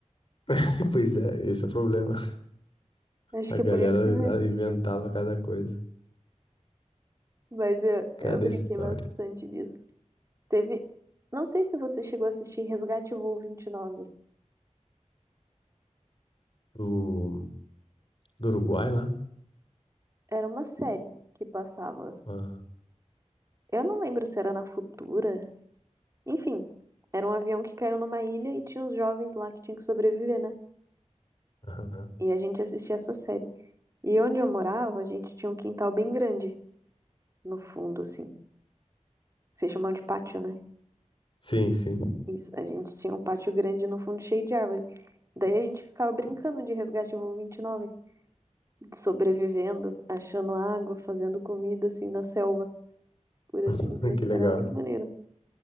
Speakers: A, on the left; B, on the right.
A: <laughs> Pois é, esse é o problema.
B: Acho
A: A
B: que
A: galera
B: é por isso que não existia.
A: ah, inventava cada coisa,
B: Mas eu,
A: cada
B: eu brinquei
A: história.
B: bastante disso. Teve. Não sei se você chegou a assistir Resgate Voo 29.
A: O Do Uruguai lá?
B: Era uma série que passava.
A: Ah,
B: Eu não lembro se era na Futura. Enfim, era um avião que caiu numa ilha e tinha uns jovens lá que tinham que sobreviver, né?
A: aham.
B: E a gente assistia essa série. E onde eu morava, a gente tinha um quintal bem grande no fundo, assim. Vocês chamam de pátio, né?
A: Sim, sim.
B: Isso, a gente tinha um pátio grande no fundo cheio de árvore. Daí a gente ficava brincando de Resgate Voo vinte e nove sobrevivendo, achando água, fazendo comida, assim, na selva, por assim
A: <laughs>
B: dizer.
A: Que legal.
B: Era muito maneiro.